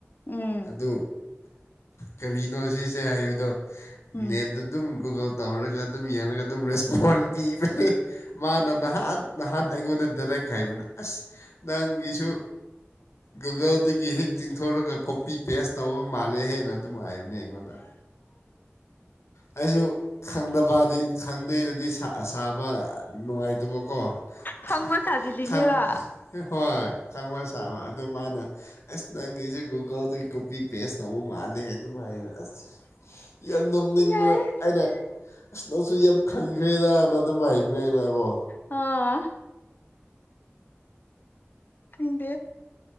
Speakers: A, on the left; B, on the left.
A: ꯎꯝ
B: ꯑꯗꯨ ꯀꯔꯤꯅꯣ ꯁꯤꯁꯦ ꯍꯥꯏꯕꯗꯣ
A: ꯎꯝ
B: ꯅꯦꯠꯗ ꯑꯗꯨꯝ ꯒꯨꯒꯜ ꯇꯧꯔꯒ ꯑꯗꯨꯝ ꯌꯦꯡꯔꯒ ꯑꯗꯨꯝ ꯔꯦꯁꯄꯣꯟ ꯄꯤꯕꯅꯦ ꯃꯥꯅ ꯅꯍꯥꯟ ꯅꯍꯥꯟ ꯑꯩꯉꯣꯟꯗ ꯗꯥꯏꯔꯦꯛ ꯍꯥꯏꯕꯅꯦ ꯑꯁ ꯅꯪꯒꯤꯁꯨ ꯒꯨꯒꯜꯗꯒꯤ ꯍꯦꯛ ꯇꯤꯡꯊꯣꯔꯒ ꯀꯣꯄꯤ ꯄꯦꯁ ꯇꯧꯕ ꯃꯥꯜꯂꯦ ꯍꯦꯟꯅ ꯑꯗꯨꯝ ꯍꯥꯏꯕꯅꯦ ꯑꯩꯉꯣꯟꯗ ꯑꯩꯁꯨ ꯈꯪꯗꯕꯗꯤ ꯈꯪꯗꯦꯅꯗꯤ ꯁꯥ ꯁꯥꯕ ꯅꯨꯡꯉꯥꯏꯇꯕꯀꯣ
A: ꯈꯪꯕ
B: ꯈꯥꯡ
A: ꯁꯥꯖꯤꯜꯂꯤꯅꯦꯕ
B: ꯈꯥꯡ ꯍꯣꯏ ꯈꯪꯕ ꯁꯥꯕ ꯑꯗꯨ ꯃꯥꯅ ꯑꯁ ꯅꯪꯒꯤꯁꯦ ꯒꯨꯒꯜꯗꯒꯤ ꯀꯣꯄꯤ ꯄꯦꯖ ꯇꯧꯕ ꯃꯥꯜꯂꯦ ꯑꯗꯨꯝ ꯍꯥꯏꯅ ꯑꯁ ꯌꯥꯝ ꯅꯣꯛꯅꯤꯡꯕ
A: ꯌꯥꯏ
B: ꯑꯩꯅ ꯑꯁ ꯅꯪꯁꯨ ꯌꯥꯝ ꯈꯟꯈ꯭ꯔꯦꯗꯅ ꯑꯗꯨꯝ ꯍꯥꯏꯕꯅꯦ ꯑꯩꯅ ꯀꯣ
A: ꯑꯥ ꯈꯪꯗꯦ